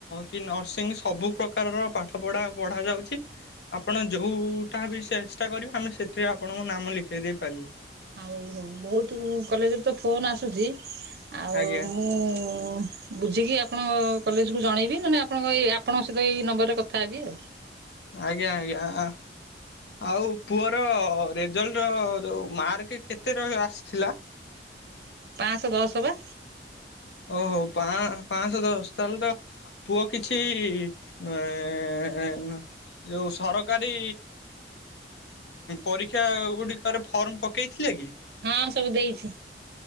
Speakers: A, on the left; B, on the right.
A: କି ନର୍ସିଂ ସବୁ ପ୍ରକାର କାରର ପାଠପଢା ବଢା ଯାଉଛି ଆପଣ ଯୋଉଟା ବି ଚେଷ୍ଟା କରିବେ ଆମେ ସେଥିରେ ଆପଣଙ୍କୁ ନାମ ଲେଖେଇ ଦେଇ ପାରିବୁ
B: ହଉ ହଉ ବହୁତ କଲେଜରେ ତ ଫୋନ ଆସୁଛି, ଆଉ
A: ଆଜ୍ଞା
B: ମୁଁ ଓ ବୁଝିକି ଆପଣଙ୍କ କଲେଜକୁ ଜଣେଇବି, ନହେଲେ ଆପଣଙ୍କ ଏଇ ଆପଣଙ୍କ ସହିତ ଏଇ ନମ୍ବରରେ କଥା ହେବି ଆଉ।
A: ଆଜ୍ଞା ଆଜ୍ଞା ଆ ଆଉ ପୁଅର ରେଜଲ୍ଟ ଯୋଉ ମାର୍କ କେତେ ର ରହ ଆସିଥିଲା? <inaudible>
B: ପାଞ୍ଚଶହ ଦଶ ପା।
A: ଓହୋ ପା ପାଞ୍ଚଶହ ଦଶ ତାହେଲେ ତ ପୁଅ କିଛି ହ ଯୋଉଁ ସରକାରୀ ପରୀକ୍ଷା ଗୁଡ଼ିକରେ ଫର୍ମ ପକେଇଥିଲେ କି?
B: ହଁ ସବୁ ଦେଇଛି।